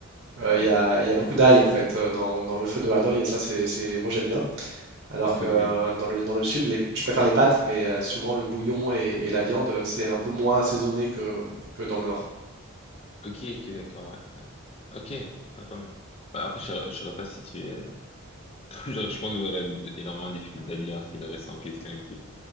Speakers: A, on the right (about 50°); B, on the left (about 25°).
A: euh,
B: Ouais.
A: Il y a, il y a beaucoup d'ail en fait euh, dans, dans le feu de Hanoï et ça c'est, c'est- moi j'aime bien. Alors
B: Ok.
A: que
B: oui,
A: euh,
B: oui.
A: dans le, dans le sud les- je préfère les pâtes mais euh, souvent le bouillon et, et la viande euh, c'est un peu moins assaisonné que, que dans le nord.
B: oui. Ok. Ok. D'accord. Ouais. Ok. Ah, pas mal. Bah, après, je, saurais- je saurais pas si tu es, <laughs> je, pense que j'aurais énormément de difficultés à dire s'il le reste en question était